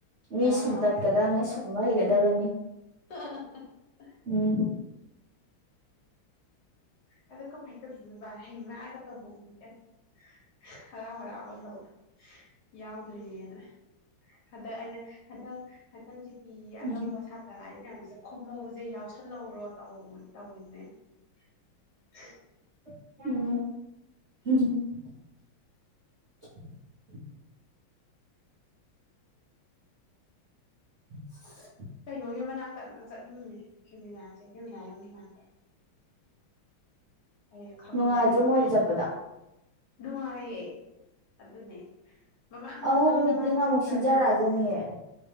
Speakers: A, on the right; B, on the left.
A: ꯃꯤ
B: ꯍꯔꯥꯎ
A: ꯁꯨꯝꯇꯠꯀꯗꯕꯅꯦ
B: ꯍꯔꯥꯎ
A: ꯁꯨꯝꯕ ꯍꯩꯒꯗꯕꯅꯤ
B: ꯑ ꯍ ꯍ ꯍ
A: ꯎꯝ
B: ꯑꯗꯣ ꯀꯥꯃꯥꯢ ꯇꯧꯗꯣꯢꯅꯣ ꯕꯥ ꯍꯩꯃꯥꯒ ꯇꯧꯍꯧꯕꯅꯤ ꯕꯦꯝ ꯍꯥ ꯍꯔꯥꯎ ꯍꯔꯥꯎ ꯂꯩꯍꯧ ꯌꯥꯎꯗꯣꯔꯤꯅꯦꯅ ꯍꯟꯗꯛ ꯑꯩꯅ ꯍꯟꯗꯛ ꯍꯟꯗꯛꯁꯤ ꯄꯤ
A: ꯎꯝ
B: ꯑꯅꯧꯕ ꯁꯥꯇ꯭ꯔ ꯂꯥꯛꯏ ꯃꯌꯥꯝꯁꯦ ꯈꯣꯝꯃꯧꯖꯦ ꯌꯥꯎ ꯁꯟꯍꯧꯔꯣꯠ ꯑꯧ ꯇꯧꯅꯤꯅꯦ <inaudible> <inaudible>
A: <unintelligible> <inaudible>
B: ꯀꯩꯅꯣꯒꯤ ꯃꯅꯥꯛꯇ ꯑꯝꯇꯪ ꯆꯠꯅꯤꯡꯉꯤꯅꯦ ꯐꯦꯃꯤꯅꯥ ꯁꯦ ꯐꯦꯃꯤꯅꯥ ꯌꯨ ꯃꯅꯥꯛꯇ ꯑꯩ ꯈꯪꯗ
A: ꯅꯨꯡꯉꯥꯏꯇ꯭ꯔꯣ
B: ꯃꯌꯝꯗꯣ
A: ꯃꯣꯏꯗ ꯆꯠꯄꯗ
B: ꯂꯣꯏ ꯍꯪꯒꯦ ꯅꯨꯡꯉꯥꯏꯌꯦ ꯑꯗꯨꯅꯦ ꯃꯃꯥꯡꯗꯁꯨ
A: ꯑꯃꯨꯛ ꯃꯤꯇꯤꯡ
B: ꯅꯕꯥꯅꯤ
A: ꯑꯃꯨꯛ
B: ꯆꯠꯄ꯭ꯔꯃꯦꯗ
A: ꯁꯤꯟꯖꯔꯛꯑꯖꯅꯤ ꯑꯦ